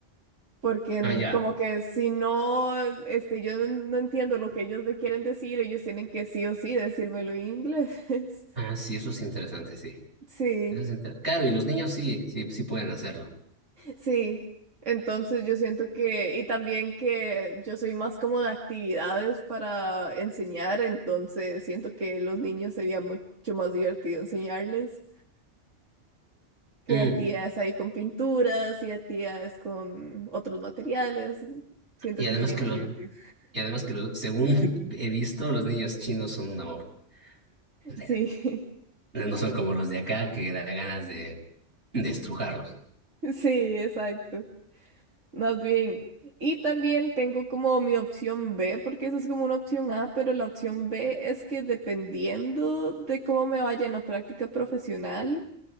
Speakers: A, on the right (about 80°); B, on the right (about 50°).
A: Porque en-
B: Ah, ya.
A: como que si no, este, yo no no entiendo lo que ellos me quieren decir, ellos tienen que sí o sí decírmelo en inglés. <laughs>
B: Ah, sí, eso es interesante, sí.
A: Sí,
B: Eso es inter- Claro, y los niños sí, sí, sí pueden hacerlo.
A: sí. Entonces yo siento que, y también que yo soy más como de actividades para enseñar, entonces siento que los niños sería mucho más divertido enseñarles que
B: Mm,
A: actividades ahí con pinturas y actividades con otros materiales. Siento
B: Y
A: que
B: además
A: sería
B: que
A: más
B: lo,
A: divertido.
B: y además que lo, según <laughs> he visto, los niños chinos son un amor. O sea,
A: <laughs> Sí,
B: no son como los de acá que da ganas de, de estrujarlos.
A: <laughs> sí, exacto. Más bien. Y también tengo como mi opción B, porque esa es como una opción A, pero la opción B es que dependiendo de cómo me vaya en la práctica profesional,